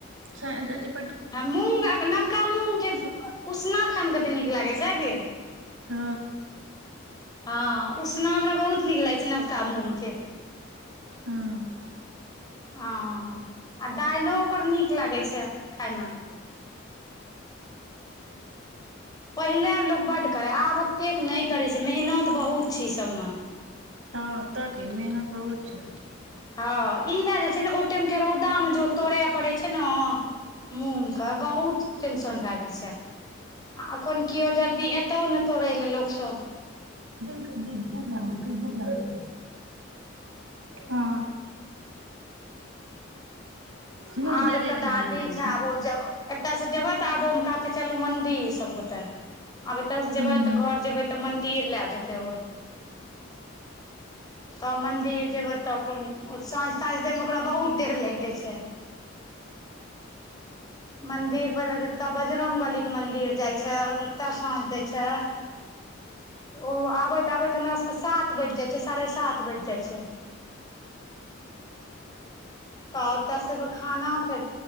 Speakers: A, on the right (about 80°); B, on the left (about 20°).
A: चाहे जतेक
B: आ मूँग नबका मूँगके उसना खायइमे कते नीक लागै छै हे गय।
A: हँ।
B: हँ उसना हमरा बहुत नीक लागै छै नबका मूँग के।
A: हँ।
B: अं दाइलो ओकर नीक लागै छै खायमे। पहिले लोक बड्ड करै आब ओतेक नै करैत छै मेहनत बहुत छै ई सभमे।
A: हँ तऽ की मेहनत बहुत छै।
B: हँ ई भए जे छै ने ओ टेमके रौदामे
A: हँ
B: जे तोड़य पड़ै छै नऽ। मूँग कऽ बहुत टेंशन भैए जाइ छै। आ अखन केओ जल्दी एतहु ने तोड़ेले लोकसभ।
A: जलखै दियो भुख लागल छै कही भुख लागल छै हँ। मूँग
B: आब
A: दालि
B: एतऽ
A: खायमे
B: दादी
A: नीक लागै
B: छै आब ओ जगह एतय से जेबै तऽ आबोम कहतय चलू मंन्दिर सबगोटे। आब एतयस
A: हँ
B: जेबै तऽ घर जेबै तऽ मन्दिर लए जेतै ओ। तब मंदिर जेबै तब अपन साँझ- ताँझ देय में ओकरा बहुत देर लागि जाइ छै। मंदिर पहिले जते बजरंग बली के मंदिर जाय छै ओतय साँझ देय छै। ओ आबैत आबैत हमरा सबके सात बैज जाइछै साढ़े सात बैज जाइछै। तऽ ओतय से एबै खाना फेर